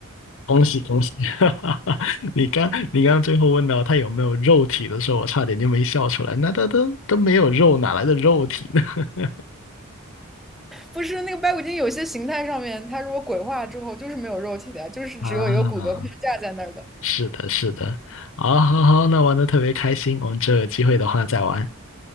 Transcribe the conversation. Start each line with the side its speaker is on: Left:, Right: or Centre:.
Left: 恭喜恭喜！<laughs> 你刚你刚最后问到它有没有肉体的时候，我差点就没笑出来。那它都都没有肉，哪来的肉体呢？<laughs>
Centre: 不是，那个白骨精有些形态上面，它如果鬼化之后就是没有肉体的呀，就是只有一个骨骼框架在那儿的。
Left: 啊，是的，是的，好，好，好，那玩的特别开心，我们这有机会的话再玩，